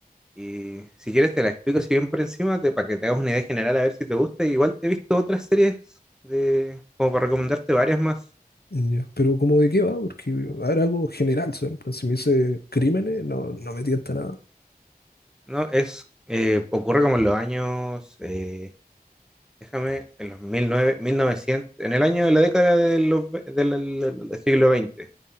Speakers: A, in the centre; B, on the left.
A: Y si quieres te la explico así bien por encima, te- para que te hagas una idea general a ver si te gusta. Igual te he visto otras series de, como para recomendarte varias más.
B: Ya, Pero cómo de qué va, porque a ver, algo general, ¿sabes? En plan, Si me dice crímenes, no, no me tienta nada.
A: ¿No? Es, eh, ocurre como en los años eh, déjame, en los 1900 en el año de la década de los, ve- del, del- del siglo XX,